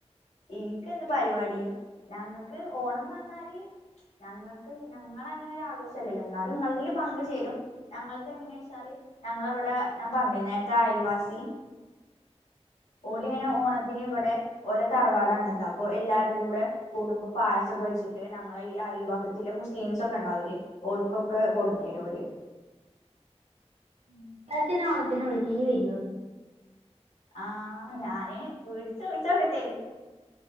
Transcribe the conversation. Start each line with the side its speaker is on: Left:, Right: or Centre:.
Left: ഇന്ക്കെന്ത് പരിപാടി. ഞങ്ങക്ക് ഓണംന്ന് പർഞ്ഞാല് ഞങ്ങൾക്ക്, ഞങ്ങളങ്ങനെ ഒരാഘോഷല്ലല്ലോ ഇന്നാലും ഇങ്ങൾതീല് പങ്ക് ചേരും. ഞങ്ങൾത് എങ്ങനെയാ വെച്ചാല് ഞങ്ങളവിടെ ഞാൻ പർഞ്ഞിലേ നേരത്തെ അയൽവാസി
Right: ഉം
Left: ഓലിങ്ങനെ ഓണത്തിന് ഇവടെ ഓലെ തറവാടാണ് ഇത്. അപ്പൊ എല്ലാരും കൂടെ കൂടുമ്പം പായസൊക്കെ വെച്ചിട്ട് ഞങ്ങളെ ഈ അയൽപക്കത്തിലെ മുസ്ലിസ് ഒക്കെ ഇണ്ടാവൂലേ ഓൽക്കൊക്കെ കൊടുന്നരോല്
Right: ഉം. ഇപ്രാവശ്യം ഞാൻ ഓണത്തിന് വിളിക്ക ഇയ്യ് വരോ?
Left: ആഹ് ഞാന് വീട്ട് ചോയ്ച്ചോക്കട്ടേ